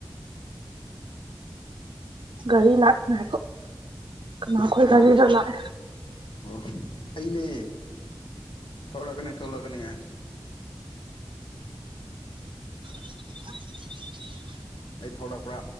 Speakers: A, on the right; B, on the left.
A: ꯒꯔꯤ ꯂꯥꯛ ꯉꯥꯏꯈꯣ ꯀꯅꯥꯈꯣꯏ
B: ꯀꯅꯥꯔ
A: ꯒꯥꯔꯤꯔ ꯂꯥꯛꯑꯦ
B: ꯑꯣ ꯑꯩꯅꯦ ꯊꯣꯛꯂꯛꯀꯅꯤ ꯊꯣꯛꯂꯛꯀꯅꯤ꯫
A: <inaudible>
B: ꯑꯩ ꯊꯣꯛꯂꯛꯄ꯭ꯔꯥ